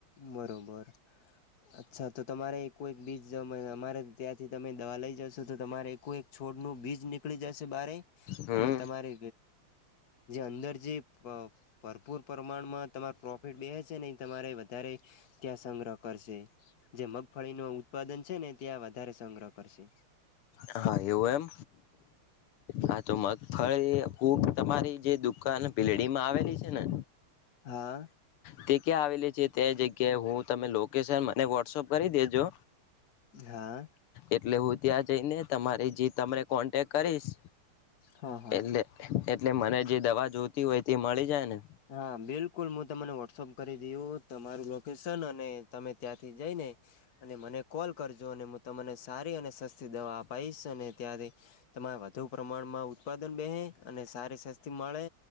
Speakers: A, on the left (about 50°); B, on the left (about 80°).
A: બરોબર. અચ્છા તો તમારે એક કોઈક બીજ અમારે ત્યાંથી તમે દવા લઈ જશો તો તમારે એક એક છોડ નું બીજ નીકળી જશે બારે
B: હમ
A: અને તમારે જે અંદર જી ભરપૂર પ્રમાણમાં તમારે પ્રોફિટ બે છે નહી તમારે વધારે ત્યાં સંગ્રહ કરશે જે મગફળી ન ઉત્પાદન છે ને ત્યાં વધારે સંગ્રહ કરશે
B: હા એવું એમ હા તો મગફળી ખુક તમારી જે દુકાન ભીલડી માં આવેલી છે ને
A: હા
B: તે ક્યાં આવેલી છે તે જગ્યાએ હું તમે લોકેશન મને વોટ્સઅપ કરી દેજો
A: હા
B: એટલે હું ત્યાં જ તેઈને તમારી જે તમને કોન્ટેક્ટ કરીશ
A: હા હા
B: એટલે એટલે મને જે દવા જોતી હોય તે મળી જાય ને
A: હા બિલકુલ હું તમને વોટ્સઅપ કરી દીું તમારું લોકેશન અને તમે ત્યાંથી જઈ ને અને મને કોલ કરજો અને હું તમને સારી અને સસ્તી દવા અપાવીશ અને ત્યાંથી તમારે વધુ પ્રમાણમાં ઉત્પાદન બેહે અને સારી સસ્તી મળે